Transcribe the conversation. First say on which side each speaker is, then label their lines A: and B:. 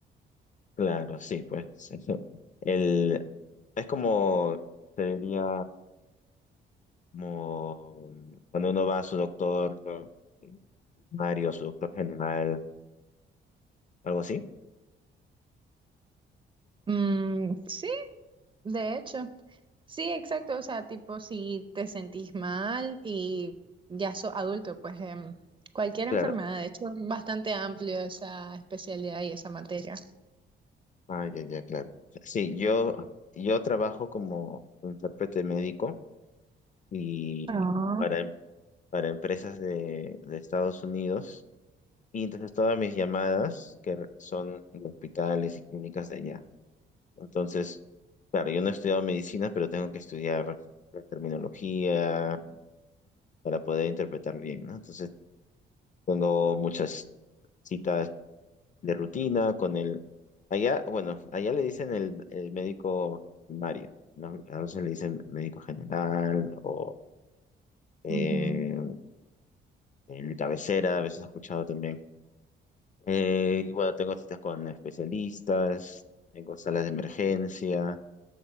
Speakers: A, on the left; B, on the right.
A: claro, sí, pues. eso. El, es como, te diría... como cuando uno va a su doctor ¿no? Mario, su doctor general, algo así.
B: Mm, sí, de hecho. Sí, exacto. O sea, tipo, si te sentís mal y ya sos adulto, pues em, cualquier
A: Claro.
B: enfermedad, de hecho, es bastante amplio esa especialidad y esa materia.
A: Ah, ya, ya, claro. Sí, yo, yo trabajo como intérprete médico y
B: Ah,
A: para, em- para empresas de, de Estados Unidos. Y entonces todas mis llamadas que re- son de hospitales y clínicas de allá. Entonces, claro, yo no he estudiado medicina, pero tengo que estudiar la terminología para poder interpretar bien, ¿no? Entonces, Tengo muchas citas de rutina con el... Allá, bueno, allá le dicen el, el médico primario, ¿no? A veces le dicen médico general o eh,
B: ujú,
A: el cabecera, a veces he escuchado también. Eh, y bueno, tengo citas con especialistas, tengo salas de emergencia,